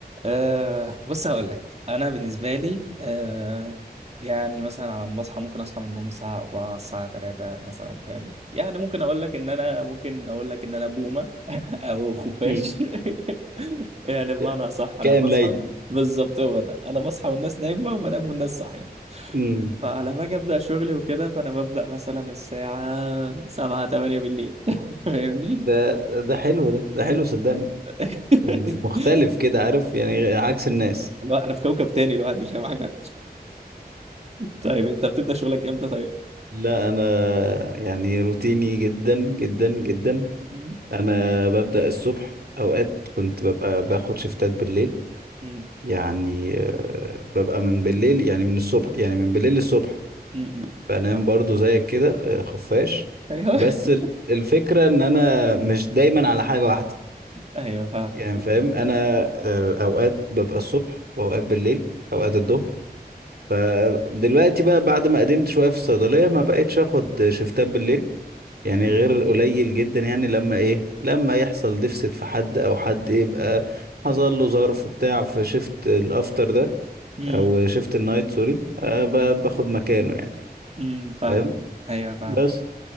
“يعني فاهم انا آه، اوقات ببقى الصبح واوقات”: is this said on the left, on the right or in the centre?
Right